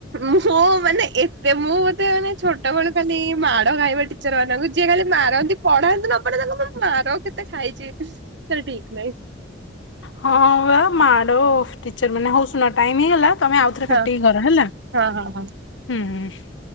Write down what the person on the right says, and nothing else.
ମୁଁ ମାନେ ଏତେ ମୁଁ ମୋତେ ମାନେ ଛୋଟ ବେଳୁ ଖାଲି ମାଡ ଖାଇବା ଟିକ ଟିଚର୍ ମାନଙ୍କୁ ଯିଏ ଖାଲି ମାରନ୍ତି ପଢାନ୍ତି ନ ପଢେ ତାଙ୍କ ପାଖ ମାର କେତେ ଖାଇଛି। ତାର ଠିକ୍ ନାଇ।
ହଁ
ହଁ ହଁ ହଁ।